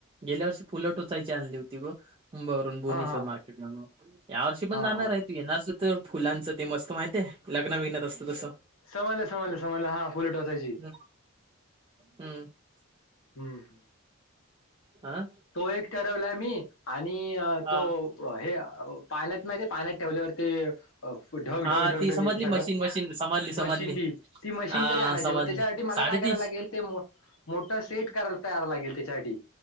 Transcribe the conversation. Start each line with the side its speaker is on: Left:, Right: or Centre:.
Right: गेल्या वर्षी फुलं टोचायची आणली होती, बघ मुंबईवरून भुवनेश्वर
Left: हा हा
Right: मार्केट मधून या वर्षी पण
Left: हा
Right: जाणार
Left: हा
Right: आहे. तू येणार असशील तर, फुलांचं ते मस्त माहीतीे हाय, लग्नात बीघ्नात असतं तसं.
Left: समजलं समजलं समजलं हा. फुलं टोचायची.
Right: हम्म हम्म
Left: हम्म
Right: आ
Left: तो एक ठरवलाय मी आणि
Right: हा
Left: तो ओ हे अ पाण्यात माहिती आहे, पाण्यात ठेवल्यावर ते अ ढग
Right: हा
Left: ढग ढग
Right: ती
Left: ढग
Right: समजली
Left: येते सगळं
Right: मशीन मशीन समजली समजली
Left: मशीन ती, ती मशीन
Right: हा
Left: तरी आणायची
Right: समजली
Left: बघ. त्याच्यासाठी मला
Right: साडेतीनशे
Left: काय कराय लागेल. ते मो मोट सेट करायला तयार लागेल, त्याच्यासाठी